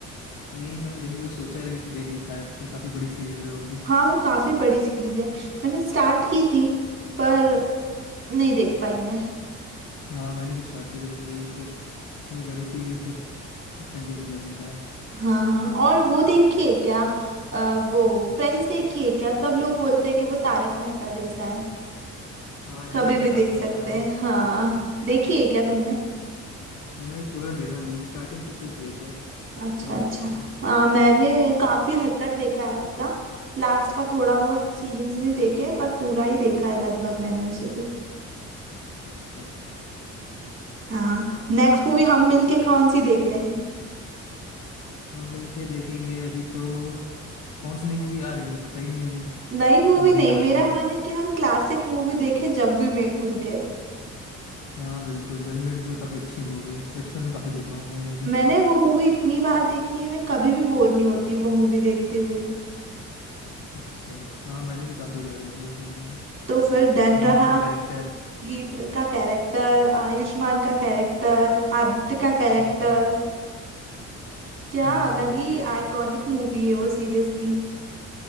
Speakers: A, on the left; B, on the right.
A: नहीं मैंने देखने का सोचा है लेकिन देख नहीं पाया अब तक काफी बड़ी सीरीज है वो भी
B: हाँ वो काफी बड़ी सीरीज है मैंने स्टार्ट की थी पर नहीं देख पाई मैं
A: हाँ मैंने भी स्टार्ट की थी लेकिन वही फिर इतनी बड़ी थी कि फिर कंटिन्यू कर नहीं पाया
B: हाँ और वो देखी है क्या अ, वो फ्रेंड्स देखी है क्या सब लोग बोलते हैं कि वो तारक मेहता जैसा है
A: हाँ इंग्लिश
B: कभी भी
A: का तारक
B: देख सकते
A: मेहता है
B: हैं
A: वो
B: हाँ देखी है क्या तुमने
A: नहीं मैंने पूरा देखा नहीं स्टार्टिंग कुछ कुछ देखे
B: अच्छा
A: पूरा नहीं
B: अच्छा
A: देखा मैंने।
B: हाँ मैंने काफी हद तक देखा है उसका लास्ट का थोड़ा बहुत सीजन्स नहीं देखे हैं, पर पूरा ही देखा है लगभग मैंने उसे तो
A: अच्छा
B: हाँ नेक्स्ट मूवी हम मिलके कौन सी देख रहे हैं
A: हाँ मिलके देखेंगे अभी तो कौन सी नई मूवी आ रही है मुझे पता ही नहीं अभी
B: नई
A: जो
B: मूवी
A: अभी
B: नहीं मेरा
A: आ रही है
B: मन है कि हम क्लासिक मूवी देखें जब भी मेट मिलके
A: हाँ बिल्कुल जब मेरी पर काफी अच्छी मूवी है बचपन में काफी देखा हूँ मैं मूवी
B: मैंने वो मूवी इतनी बार देखी है मैं कभी भी बोर नहीं होती वो मूवी देखते हुए
A: अच्छा हाँ मैंने भी काफी बार देखी है उस मूवी को
B: तो फिर डन रहा
A: गीत का कैरेक्टर
B: गीत र- का कैरेक्टर आयुष्मान का कैरेक्टर आदित्य का कैरेक्टर
A: हम्म
B: क्या
A: हाँ
B: अलग
A: काफी अच्छे
B: ही
A: कैरेक्टर
B: आइकॉनिक मूवी है वो सीरियसली